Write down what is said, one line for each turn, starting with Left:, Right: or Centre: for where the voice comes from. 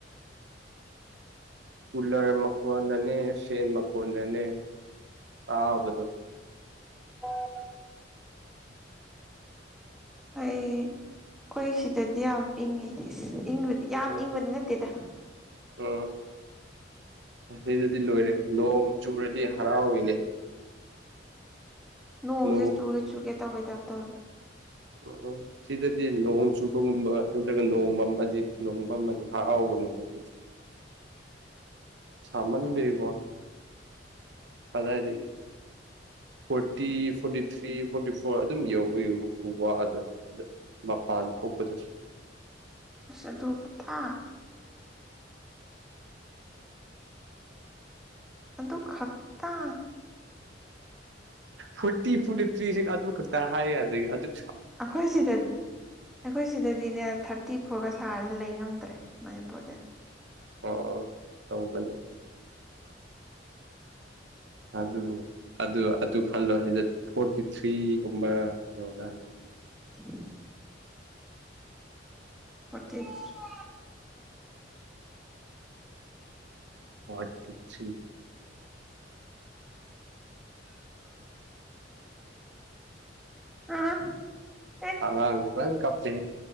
Right: ꯀꯨꯂꯔ ꯃꯀꯣꯟ ꯅꯅꯦ ꯁꯦ ꯃꯀꯅꯦ ꯑꯥꯎꯕꯣ
Centre: ꯑꯣ ꯑꯩ ꯑꯩꯈꯣꯏ ꯁꯤꯗꯗꯤ ꯌꯥꯝ ꯏꯪꯉꯤ ꯏꯪꯕꯗꯤ ꯌꯥꯝ
Right: ꯎꯝ
Centre: ꯏꯪꯕꯗꯤ ꯅꯠꯇꯦꯗ
Right: ꯎꯝ ꯑꯁꯤꯗꯗꯤ ꯂꯣꯏꯔꯦ ꯅꯣꯡ ꯆꯨꯔꯗꯤ ꯍꯔꯥꯎꯏꯅꯦ
Centre: ꯅꯣꯡꯁꯦ
Right: ꯅꯣꯡ
Centre: ꯆꯨꯒꯦ ꯆꯨꯒꯦ ꯇꯧꯩ ꯇꯥ ꯇꯧꯋꯦꯕ
Right: ꯎꯝ ꯁꯤꯗꯗꯤ ꯂꯨꯍꯣꯡ ꯆꯨꯕꯒꯨꯝꯕ ꯅꯠꯇ꯭ꯔꯒ ꯅꯣꯡꯃ ꯑꯃꯗꯤ ꯂꯍꯣꯡꯕ ꯑꯃꯗꯤ ꯍꯔꯥꯎ <unintelligible>
Centre: <unintelligible>
Right: ꯁꯃꯜ ꯂꯩꯀ ꯐꯗꯥꯏ ꯂꯩꯒ forty forty three forty four ꯑꯗꯨꯝ ꯌꯎꯤꯌꯨ ꯋꯥꯗ ꯃꯄꯥꯟ ꯊꯣꯛꯀꯗꯁꯤ
Centre: ꯁꯗꯨ ꯀ ꯊ ꯑꯗꯨꯗ ꯀ ꯈꯛꯇ
Right: ꯐꯣꯔꯇꯤ ꯐꯣꯔꯇꯤ ꯊ꯭ꯔꯤꯁꯤ ꯑꯗꯨ ꯈꯛꯇ ꯍꯥꯏ ꯑꯗꯒꯤ
Centre: ꯑꯩꯈꯣꯏ ꯁꯤꯗꯗꯤ ꯑꯩꯈꯣꯏ ꯁꯤꯗꯗꯤꯅꯦ ꯊꯥꯔꯇꯤ ꯐꯣꯔꯒ ꯁꯥꯔꯗꯤ ꯂꯩ ꯉꯝꯗ꯭ꯔꯦ ꯃꯅꯤꯄꯨꯔꯗꯗꯤ
Right: ꯑ ꯇꯧꯒꯅꯦ ꯑꯗꯨꯅꯦ ꯑꯗꯨ ꯑꯗꯨ ꯈꯜꯂꯣ ꯁꯤꯗ ꯐꯣꯔꯇꯤ ꯊ꯭ꯔꯤꯒꯨꯝꯕ ꯌꯧꯔꯀꯥꯟꯗ
Centre: ꯎ ꯐꯇꯤꯁ
Right: ꯐꯣꯔꯇꯤ ꯊ꯭ꯔꯤ
Centre: ꯑ <unintelligible> ꯑ
Right: ꯑꯥꯡꯦ ꯀꯞꯇꯦ